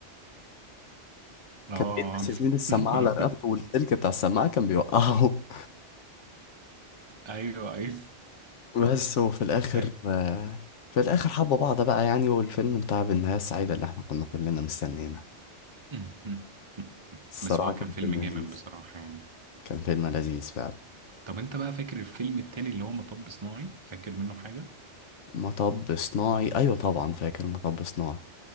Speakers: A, on the right; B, on the left.
A: اه
B: كان بيلبس يا زميلي السماعة
A: <laughs>
B: على رقبته والسلك بتاع السماعة كان بيوقعه <laughs>
A: ايوه ايوه
B: بس وفي الآخر
A: <laughs> ايوه
B: آه، في الآخر حبوا بعض بقى يعني والفيلم انتهى بالنهاية السعيدة اللي احنا كنا كلنا مستنينا
A: <laughs>
B: الصراحة
A: بس هو
B: كان
A: كان فيلم
B: فيلم
A: جامد
B: لذيذ
A: بصراحة يعني
B: كان فيلم لذيذ فعلا
A: طب انت بقى فاكر الفيلم التاني اللي هو مطب صناعي فاكر منه حاجة
B: مطب صناعي أيوة طبعا فاكر مطب صناعي